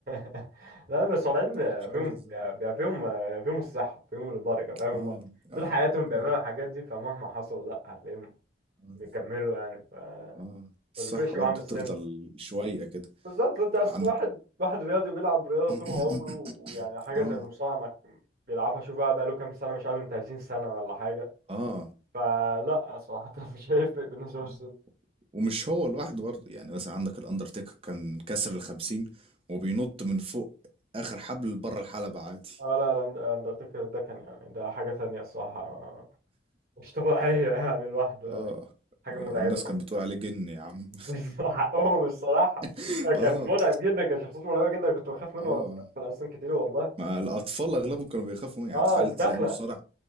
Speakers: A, on the right; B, on the right.
A: <laughs> لا بس طالعين
B: أنا مش
A: فيهم
B: عارف ازاي
A: بيبقى فيهم فيهم الصحه فيهم البركه فاهم
B: اه
A: هم طول
B: اه
A: حياتهم بيعملوا
B: اه
A: الحاجات دي فمهما حصل لا هتلاقيهم
B: اه
A: بيكملوا يعني فما
B: آه. الصحة
A: بيفرقش
B: برضه
A: معاهم السن
B: بتفضل شوية كده
A: بالظبط انت اصل
B: عندك
A: واحد واحد رياضي بيلعب رياضه
B: <coughs>
A: طول عمره ويعني
B: <clears throat>
A: حاجه
B: اه
A: زي المصارعه ما بيلعبها شوف بقى بقاله كام سنه مش اقل من 30 سنه ولا حاجه
B: اه
A: فلا صراحه <laughs> مش هيفرق بالنسبه للسن
B: آه. ومش هو لوحده برضه يعني مثلا عندك الاندرتيكر كان كسر الخمسين وبينط من فوق اخر حبل بره الحلبة عادي
A: اه لا لا، الاند- الاندرتيكر ده كان يعني ده حاجه تانية الصراحه آه، مش طبيعيه <laughs> يعني لوحده
B: اه
A: يعني حاجه
B: الناس
A: مرعبه
B: كانت
A: <laughs>
B: بتقول عليه جن يا عم
A: بس حقهم الصراحه
B: <laughs> اه
A: كان مرعب جدا كان شخصيته مرعبه جدا كنت بخاف منه
B: اه
A: وانا صغير اصلا كتير والله
B: ما الاطفال اغلبهم كانوا بيخافوا منه، يعني
A: اه
B: تخيل
A: الدخله
B: تلاقي مصارع